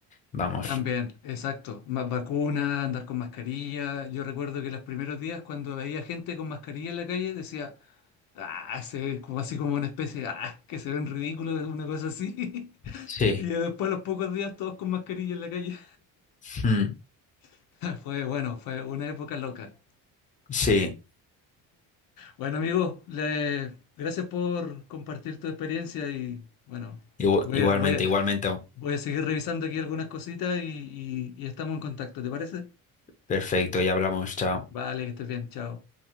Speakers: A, on the left; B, on the left.
A: Vamos.
B: también, exacto. Más vacuna andar con mascarilla. Yo recuerdo que los primeros días cuando veía gente con mascarilla en la calle decía, Ah, se ve como así como una especie de, ah, que se ven ridículos, una cosa así. <laughs>
A: Sí.
B: Y después a los pocos días todos con mascarilla en la calle.
A: Mm,
B: <laughs> Fue bueno, fue una época loca.
A: sí,
B: Bueno, amigo, le- gracias por compartir tu experiencia y bueno,
A: Igu-
B: voy
A: igualmente,
B: a, voy a,
A: igualmente.
B: voy a seguir revisando aquí algunas cositas y, y y estamos en contacto, ¿te parece?
A: Perfecto, ya hablamos, chao.
B: Vale, que estés bien, chao.